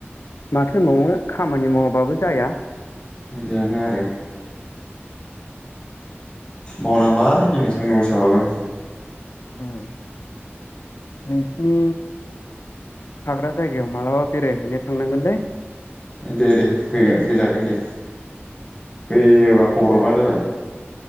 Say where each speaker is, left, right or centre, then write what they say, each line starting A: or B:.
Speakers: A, on the left; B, on the left.
A: माथो होनबावनो खामानि मावा बाबो जाया।
B: बेनो आरो। मावनांबाय दिनै सान्दुं गोसाबाबो।
A: उम। नोंसिनि थाग्रा जायगायाव मालाबा बेरायहैनो थांनांगोनलै।
B: दे दे फैन फैजागोन दे फैयोबा
A: उम
B: खबर हरबानो जाबाय।